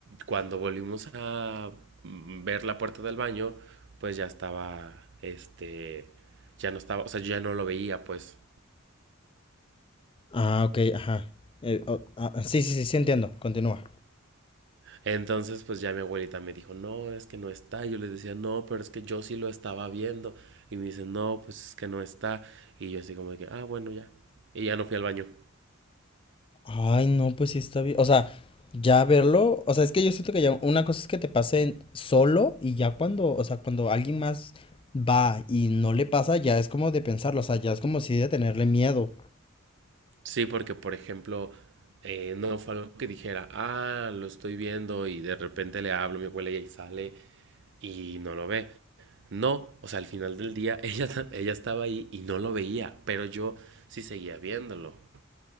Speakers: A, on the right; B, on the left.
A: cuando volvimos a mm, ver la puerta del baño, pues ya estaba, este, ya no estaba, o sea, yo ya no lo veía, pues
B: Ah, ok, ajá. Eh, o- ah, sí, sí, sí, sí, entiendo. Continúa.
A: Entonces, pues ya mi abuelita me dijo, no, es que no está. Yo les decía, no, pero es que yo sí lo estaba viendo. Y me dice, no, pues es que no está. Y yo así como de que, ah, bueno, ya. Y ya no fui al baño.
B: Ay, no, pues sí está bien. O sea, ya verlo, o sea, es que yo siento que ya una cosa es que te pase solo y ya cuando, o sea, cuando alguien más va y no le pasa, ya es como de pensarlo, o sea, ya es como si de tenerle miedo.
A: Sí, porque, por ejemplo, eh, no fue algo que dijera, ah, lo estoy viendo y de repente le hablo a mi abuela y ahí sale y no lo ve. No, o sea, al final del día <laughs> ella, ella estaba ahí y no lo veía, pero yo sí seguía viéndolo.